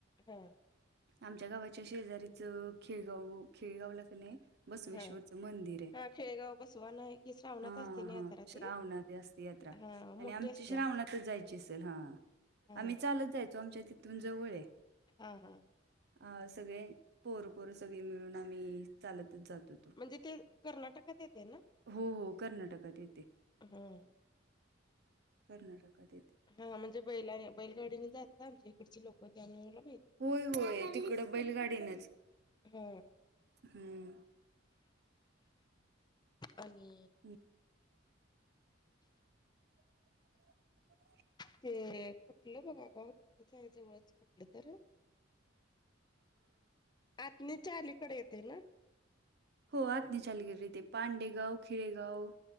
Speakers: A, on the left; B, on the right.
A: हां
B: आमच्या गावाच्या शेजारीच खेळगाव खेळगावला कणी. बसवेश्वरच
A: हा
B: मंदिर आहे
A: हा खेळेगाव बसवान आहे की श्रावणात
B: हा.
A: असते ना
B: हा
A: यात्रा
B: श्रावणाात
A: ती?
B: असते यात्रा
A: हा
B: आणि
A: मोठी
B: आमची
A: असत्या
B: श्रावणातच जायची असेल हा.
A: हा
B: आम्ही चालत जायचो आमच्या तिथून जवळ आहे.
A: हा हा.
B: अ सगळे पोर पोर सगळे मिळून आम्ही चालतच जातो.
A: म्हणजे ते कर्नाटकात येते ना.
B: हो हो कर्नाटकात येते
A: हा
B: कर्नाटकात येते.
A: हा म्हणजे बैला बैलगाडीने जात आमच्या इकडचे लोक ते आम मला माहिित.
B: होय होय तिकडं बैलगाडीनच
A: हा
B: हम्म.
A: आणि.
B: <inaudible> <unintelligible>
A: ते कुठलं बघा ग तिथंच आहे जवळच कुठलं तर. आतनीच्या अलीकडे येते ना.
B: हो आत नाही चालू गेले तेे पांडेगाव खिडेगाव.